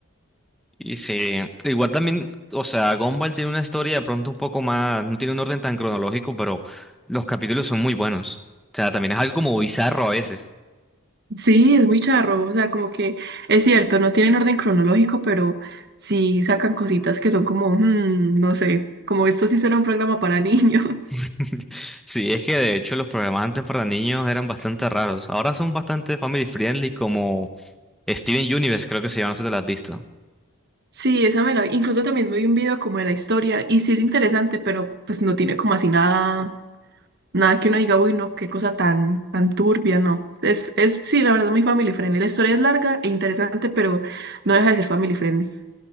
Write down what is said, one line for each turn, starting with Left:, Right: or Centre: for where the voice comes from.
Centre: Y sí, igual también, o sea, Gumball tiene una historia de pronto un poco más, no tiene un orden tan cronológico, pero los capítulos son muy buenos. O sea, también es algo como bizarro a veces.
Right: Sí, es muy charro, o sea, como que es cierto, no tienen orden cronológico, pero sí sacan cositas que son como, mm, no sé, como esto sí será un programa para niños. <laughs>
Centre: <laughs> Sí, es que de hecho los programas antes para niños eran bastante raros. Ahora son bastante family friendly, como Steven Universe, creo que se llama, no sé si te lo has visto.
Right: Sí, esa me la vi. Incluso también me vi un video como de la historia y sí es interesante, pero pues no tiene como así nada, nada que uno diga, uy, no, qué cosa tan, tan turbia, no. Es, es, sí, la verdad, muy family friendly. La historia es larga e interesante, pero no deja de ser family friendly.